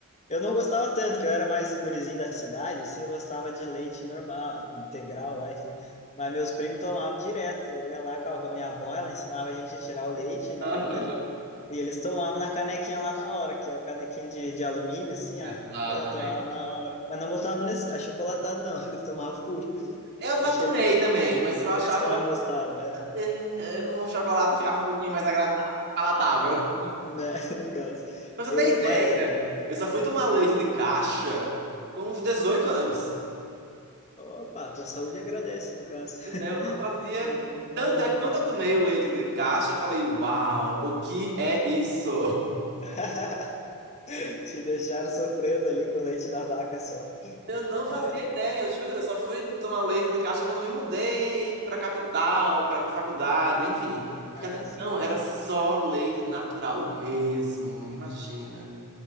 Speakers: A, on the left; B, on the right.
A: Eu não gostava tanto, que eu era mais o gurizinho da cidade, assim, eu gostava de leite normal, integral lá, enfim. Mas meus primos tomavam direto, eu ia lá com a minha avó, ela ensinava a gente a tirar o leite, né,
B: Aham.
A: ainda. E eles tomavam na canequinha lá na hora, que é a canequinha de, de alumínio, assim,
B: Exatamente.
A: ó. Eu tomava na hora. Mas não botavam nesse achocolatado, não, <laughs> eles tomavam puro.
B: Eu já
A: Acho
B: tomei
A: que é
B: também, mas eu achava
A: por isso que eu não gostava. é.
B: eh, eh, com o chocolate ficava um pouquinho mais agradável, palatável.
A: né, <laughs> no caso.
B: Pra você
A: Eu,
B: ter ideia,
A: mas,
B: eu só fui tomar leite de caixa com uns 18 anos.
A: opa, tua saúde agradece, no caso.
B: Pois
A: <laughs>
B: é, eu não fazia.
A: Porque não, não
B: Tanto
A: é bom,
B: é quando
A: não.
B: eu tomei o leite de caixa, eu falei, uau, o que é isso? <laughs>
A: <laughs> Te deixaram sofrendo ali com o leite da vaca só.
B: Eu não fazia
A: É,
B: ideia, juro. Eu só fui tomar leite de caixa quando eu me mudei pra capital, pra ir pra faculdade, enfim. Porque
A: Ah,
B: até então
A: sim.
B: era só leite natural mesmo, imagina.